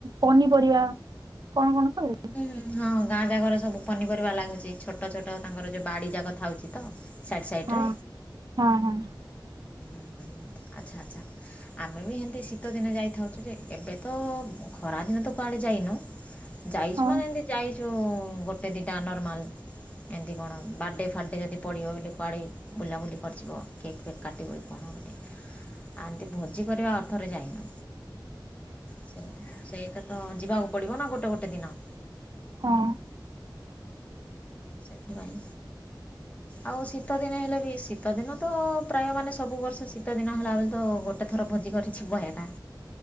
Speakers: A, on the right (about 60°); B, on the left (about 15°).
A: ପନିପରିବା କଣ କଣ ସବୁ
B: ହୁଁ ହୁଁ ହଁ ଗାଁ ଜାଗରେ ସବୁ ପନିପରିବା ଲାଗୁଛି ଛୋଟ ଛୋଟ ତାଙ୍କର ଯୋଉ ବାଡି ଯାକ ଥାଉଚି ତ। ସାଇଟ୍ ସାଇଟରେ
A: ହଁ ହଁ ହଁ
B: ହ ହ ଆଚ୍ଛା ଆଚ୍ଛା। ଆମେ ବି ହେମତି ଶୀତ ଦିନେ ଯାଇଥାଉଚୁ ଯେ ଏବେ ତ ଖରା ଦିନେ ତ କୁଆଡେ ଯାଇନୁ। ଯାଇଚୁ
A: ହଁ
B: ମାନେ ଏମିତି ଯାଇଚୁ ଗୋଟେ ଦିଟା ନର୍ମାଲ। ଏମିତି କଣ ବାର୍ଥଡ଼େ ଫାର୍ଡ଼େ ଯଦି ପଡ଼ିବ ହେଲେ କୁଆଡ଼େ ବୁଲାବୁଲି କରିଯିବ କେକ୍ ଫେକ୍ କାଟିବ କି କଣ ଗୋଟେ। ଆତି ଭୋଜି କରିବା ଅର୍ଥରେ ଯାଇନୁ। ସେଇଟା ସେଇଟା ତ ଯିବାକୁ ପଡିବ ନା ଗୋଟେ ଗୋଟେ ଦିନ।
A: ହଁ।
B: ସେଥିପାଇଁ ଆଉ ଶୀତଦିନ ହେଲେ ବି ଶୀତଦିନ ତ ପ୍ରାୟ ମାନେ ସବୁ ବର୍ଷ ଶୀତ ଦିନ ହେଲାବେଳେ ତ ଗୋଟେ ଗୋଟେ ଥର ଭଜି କରିଛି ବ ହେ ଏକ।